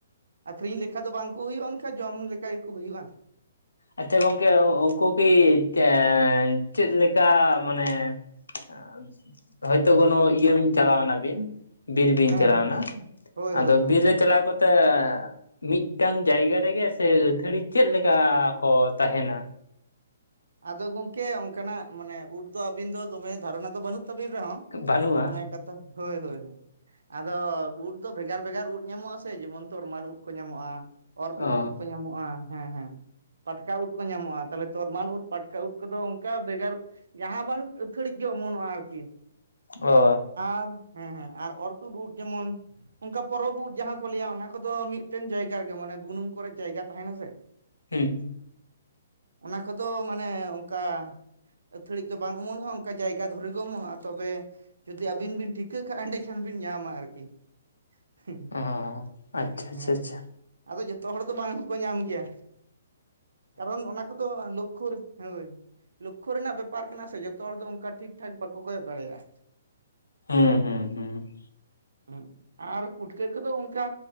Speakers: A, on the right; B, on the left.
A: ᱟᱹᱠᱷᱨᱤᱧ ᱞᱮᱠᱷᱟ ᱫᱚ ᱵᱟᱝᱠᱚ ᱦᱩᱭᱩᱜ-ᱟ ᱮᱱᱠᱷᱟᱱ ᱡᱚᱢ ᱞᱮᱠᱟ ᱜᱮᱠᱚ ᱦᱩᱭᱩᱜ-ᱟ ᱾
B: ᱟᱪᱪᱷᱟ ᱜᱚᱢᱠᱮ ᱩᱱᱠᱩ ᱠᱤ ᱮ ᱪᱮᱫ ᱞᱮᱠᱟ ᱢᱟᱱᱮ <inaudible> ᱦᱚᱭᱛᱳ ᱠᱳᱱᱳ ᱤᱭᱟᱹ ᱪᱟᱞᱟᱣ ᱮᱱᱟᱵᱤᱱ ᱵᱤᱨ ᱵᱤᱱ
A: ᱦᱮᱸ
B: ᱪᱟᱞᱟᱣ
A: ᱦᱮᱸ ᱦᱮᱸ
B: ᱮᱱᱟ <inaudible>
A: ᱦᱳᱭ
B: ᱟᱫᱚ
A: ᱦᱳᱭ ᱦᱳᱭ
B: ᱵᱤᱨ ᱨᱮ ᱪᱟᱞᱟᱣ ᱠᱟ ᱛᱮ ᱢᱤᱫᱴᱟᱝ ᱡᱟᱭᱜᱟ ᱨᱮᱜᱮ ᱥᱮ ᱟᱹᱛᱷᱟᱹᱲᱤ ᱪᱮᱫ ᱞᱮᱠᱟᱻ ᱠᱚ ᱛᱟᱦᱮᱱᱟ?
A: ᱟᱫᱚ ᱜᱚᱢᱠᱮ ᱚᱱᱠᱟᱱᱟᱜ ᱢᱟᱱᱮ ᱩᱫ ᱫᱚ ᱟᱵᱤᱱ ᱫᱚ ᱫᱚᱢᱮ ᱫᱷᱟᱨᱚᱱᱟ ᱫᱚ ᱵᱟᱹᱱᱩᱜ ᱛᱟᱵᱤᱱ ᱨᱮᱦᱚᱸ
B: ᱵᱟᱹᱱᱩᱜᱼᱟ
A: ᱢᱟᱱᱮ ᱠᱟᱛᱷᱟ ᱦᱳᱭ ᱦᱳᱭ ᱾ ᱟᱫᱚ ᱩᱫ ᱫᱚ ᱵᱷᱮᱜᱟᱨ ᱵᱷᱮᱜᱟᱨ ᱩᱫ ᱧᱟᱢᱚᱜ-ᱟ ᱥᱮ ᱡᱮᱢᱚᱱ ᱛᱚᱨᱢᱟᱱ ᱩᱫ ᱠᱚ ᱧᱟᱢᱚᱜ-ᱟ, ᱚᱨᱛᱩᱫ
B: ᱚ
A: ᱩᱫ ᱠᱚ ᱧᱟᱢᱚᱜ-ᱟ, ᱦᱮᱸ ᱦᱮᱸ ᱾ ᱯᱟᱴᱠᱟ ᱩᱫ ᱠᱚ ᱧᱟᱢᱚᱜ-ᱟ, ᱛᱟᱦᱞᱮ ᱛᱚᱨᱢᱟᱞ ᱩᱫ ᱯᱟᱴᱠᱟ ᱩᱫ ᱠᱚᱫᱚ ᱚᱱᱠᱟ ᱵᱷᱮᱜᱟᱨ ᱡᱟᱦᱟᱸ ᱵᱟᱝ ᱟᱹᱛᱷᱟᱹᱲᱤᱡ ᱜᱮ ᱚᱢᱚᱱᱚᱜ-ᱟ ᱟᱨᱠᱤ ᱾
B: ᱚ ᱾
A: ᱟᱨᱻ ᱦᱮᱸ ᱦᱮᱸ ᱟᱨ ᱚᱨᱛᱩᱫ ᱩᱫ ᱡᱮᱢᱚᱱ ᱚᱱᱠᱟ ᱯᱚᱨᱚᱵᱽ ᱩᱫ ᱡᱟᱦᱟᱸ ᱠᱚ ᱞᱟᱹᱭᱟ ᱚᱱᱟ ᱯᱚᱨᱚᱵ ᱩᱫ ᱡᱟᱦᱟ ᱠᱚ ᱞᱟᱹᱭᱟ ᱚᱱᱟ ᱠᱚᱫᱚ ᱢᱤᱫᱴᱮᱱ ᱡᱟᱭᱜᱟ ᱨᱮᱜᱮ ᱢᱟᱱᱮ ᱵᱩᱱᱩᱢ ᱠᱚᱨᱮᱜ ᱡᱟᱭᱜᱟ ᱛᱟᱦᱮᱱᱟ ᱥᱮ ᱾
B: <inaudible> ᱦᱩᱸ ᱾
A: <inaudible> ᱚᱱᱟ ᱠᱚᱫᱚ ᱢᱟᱱᱮ ᱚᱱᱠᱟ ᱟᱹᱛᱷᱟᱹᱲᱤ ᱫᱚ ᱵᱟᱝ ᱚᱢᱚᱱᱚᱜ-ᱟ ᱚᱱᱠᱟ ᱡᱟᱭᱜᱟ ᱫᱷᱚᱨᱮ ᱜᱮ ᱚᱢᱚᱱᱚᱜ-ᱟ, ᱛᱚᱵᱮ ᱡᱩᱫᱤ ᱟᱹᱵᱤᱱ ᱵᱤᱱ ᱴᱷᱤᱠᱟᱹ ᱠᱟᱜ-ᱟ ᱮᱸᱰᱮᱠᱷᱟᱱ ᱵᱤᱱ ᱧᱟᱢᱟ ᱟᱨᱠᱤ ᱾ <inaudible>
B: ᱚ ᱟᱪᱪᱷᱟ
A: ᱦᱮᱸ
B: ᱟᱪᱪᱷᱟ ᱟᱪᱪᱷᱟ
A: ᱾ ᱟᱫᱚ ᱡᱷᱚᱛᱚ ᱦᱚᱲ ᱫᱚ ᱵᱟᱝ ᱦᱚ ᱠᱚ ᱧᱟᱢ ᱜᱮᱭᱟ <inaudible> ᱠᱟᱨᱚᱱ ᱚᱱᱟ ᱠᱚᱫᱚ ᱞᱳ ᱠᱷᱳ ᱨᱮ ᱦᱳᱭ ᱾ ᱞᱳᱠᱠᱷᱚ ᱨᱮᱱᱟᱜ ᱵᱮᱯᱟᱨ ᱠᱟᱱᱟ ᱥᱮ ᱡᱷᱚᱛᱚ ᱦᱚᱲ ᱫᱚ ᱚᱱᱠᱟ ᱴᱷᱤᱠ ᱴᱷᱟᱠ ᱵᱟᱠᱚ ᱠᱚᱭᱚᱜ ᱫᱟᱲᱮᱭᱟᱜ-ᱟ ᱾
B: ᱦᱮᱸ ᱦᱮᱸ ᱦᱮᱸ ᱾
A: ᱦᱮᱸ ᱟᱨ ᱯᱩᱴᱠᱟᱹ ᱠᱚᱫᱚ ᱚᱱᱠᱟ